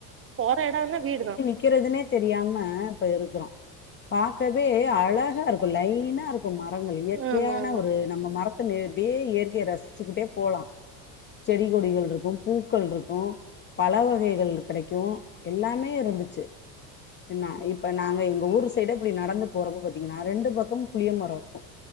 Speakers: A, on the right; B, on the left.
A: போற எடோல்லா வீடுதா
B: க்கிறதுனே தெரியாம இப்ப இருக்குறோ பாக்கவே அழகாருக்கு லைனாருக்கு க்கு மரங்கள் இயற்கையான
A: ஆமா ஆமா
B: ஒரு நம்ம மரத்த நி அப்டியே இயற்கையை ரசிச்சுக்கிட்டே போலா செடி கொடிகள் இருக்கு பூக்கள் இருக்கு பல வகை கள் கெடைக்கு எல்லாமே இருந்துச்சு என்னா இப்ப நாங்க எங்க ஊர் சைடே இப்டி நடந்து போறப்ப பாத்தீங்கன்னா ரெண்டு பக்கம் புளிய மரோ இருக்கு